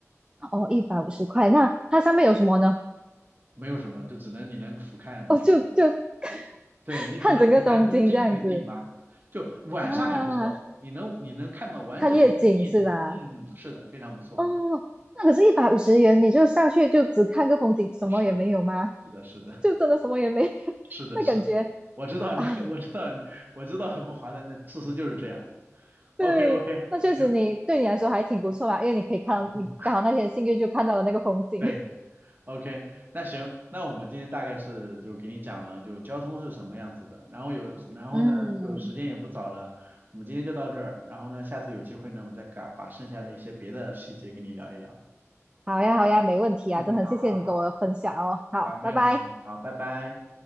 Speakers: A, on the right; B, on the right.
A: 哦，一百五十块，那它上面有什么呢？
B: <laughs> 没有什么，就只能你能俯瞰那个。
A: 哦，就就 <laughs>
B: 对你只能俯瞰东京全景吧，
A: 看整个东京这样子
B: 就晚上还不错，
A: 啊，
B: 你能你能看到完整的东京夜景。
A: 看夜景是吧？
B: 嗯，是的，非常不错。
A: 哦，那可是一百五十元，你就上去就只看个风景，什么也没有吗？
B: 是是的，是的，
A: 就真的什么也没有，<laughs>
B: 是的，
A: 那感觉
B: 是的，我知道你，
A: 啊，
B: <laughs> 我知道，我知道很不划南的事实就是这样。
A: 对，
B: OK OK，
A: 那确实你对你来说还挺不错嘛，
B: 行，
A: 因为你可以看到你刚好那天幸运就看到了那个风景。
B: 嗯，对
A: <laughs>
B: ，OK，那行，那我们今天大概是就给你讲了就交通是什么样子的，然后有，然后呢就时间也不早了，
A: 嗯，
B: 我们今天就到这儿，然后呢下次有机会呢我再把把剩下的一些别的细节跟你聊一聊。
A: 好呀，好呀，没问题啊，
B: 嗯，
A: 真的很谢谢你跟我分享哦。
B: 好好好，
A: 好，
B: 好没有没有，
A: 拜拜。
B: 好，拜拜。